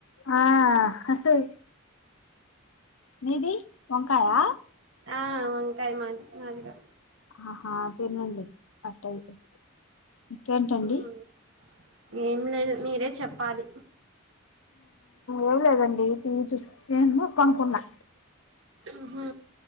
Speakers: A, on the left; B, on the right.
A: ఆ మీది వంకాయా
B: ఆ వంకాయ మాది మాదిగా
A: ఆహా తినండి అట్టయితే ఇంకేంటండి
B: మ్మ్ ఏం లేదు మీరే చెప్పాలి
A: ఎవ లేదండి వి చ ఏమ పనుకుడలే
B: ఉహు